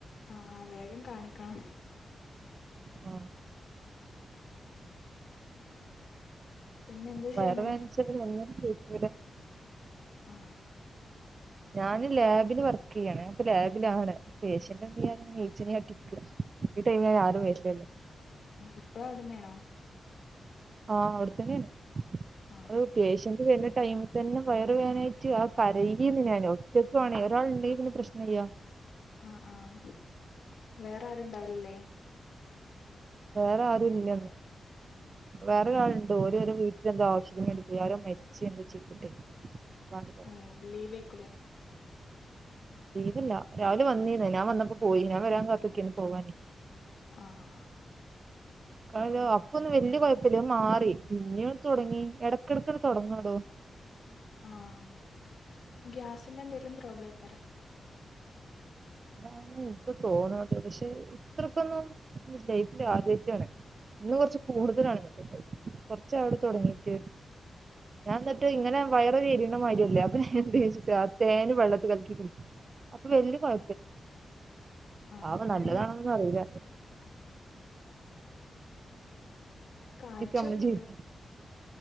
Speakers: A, on the left (about 65°); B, on the right (about 50°).
A: ആഹ വേഗം കാണിക്കണം.
B: ആ.
A: പിന്നെ എന്താ
B: വയർ
A: ചെയ്യണേ
B: വേനച്ചല് ഒന്നിനും വയ്ക്കൂല.
A: ആ
B: ഞാന് ലാബിൽ വർക്ക് യാണ് അപ്പൊ ലാബിലാണ് പേഷ്യന്റ് എന്ത ചെയ്യാ ഞാനെ ഈച്ചനായിട്ടിരിക്ക. ഈ ടൈമിൽ അയ്ന് ആരും വര്ലല്ലോ.
A: ഇപ്പളും അവിടെന്നെയാണോ
B: ആഹ അവിടുത്തന്നൊണ്
A: ആഹ്
B: ഒരു പേഷ്യന്റ് വരണ ടൈമ തന്നെ വയർ വേനായിട്ട് ആ കരകിന്ന് ഞാൻ ഒറ്റക്ക് വേണെ ഒരാൾുണ്ടങ്കിൽ പിന്നെ പ്രശ്നമല്യാ.
A: ആഹ് ആഹ വേറെ ആരുണ്ടാവലല്ലേ.
B: വേറെ ആരു ഇല്ലന്ന് വേറെരാളുണ്ട്
A: ആഹ്
B: ഓരോരോ വീട്ട. എന്ത ആശത്തിന് മരിച്ചച്ച് എന്താ ചെയ്തിട്ടേ. അപ്പങ്ങട്ട് പോയി
A: ഓ ലീവേക്കുലെ.
B: ലീവല്ല രാവിലെ വന്നീന്നേ ഞാൻ വന്നപ്പോ പോയി ഞാൻ വരാൻ കാത്തക്കെനി പോവാന്.
A: ആ ആ.
B: കല്ലോ അപ്പൊന്നും വലിയ കുഴപ്പല്ല അത് മാറി പിന്നീ തുടങ്ങി ഇടക്കിടക്ക് അങ്ങട്ട് തുടങ്ങടോ.
A: ആഹ ഗ്യാസിന്റെ എന്തെലും പ്രോബ്ലം ആയിക്കാരോ.
B: അതാണ് എക്ക് തോന്നത് പക്ഷെ ഇത്രക്കൊന്നും ലൈഫില് ആദ്യായിട്ടാണ്. ഇന്ന് കൊറച്ച് കൂടുതലാണ് കുറചായെടോ തൊടങ്ങീട്ട്.
A: ആഹ്
B: ഞാൻ ന്നട്ട്
A: ആഹ്
B: ഇങ്ങനെ വയറ കയ്ക ല്മര്യാലേ <unintelligible> തേന് വെള്ളത്തിൽ കലക്കി കുടിക്കും അപ്പൊ വല്യകൊയപ്പലാ.
A: ആഹ്
B: ആ
A: അങ്ങനെ
B: നല്ലതാണോന്നൊന്നും അറീല.
A: കാണിച്ചൊക്കെണ്ടു.
B: നമ്മൾ ചെയ്ത്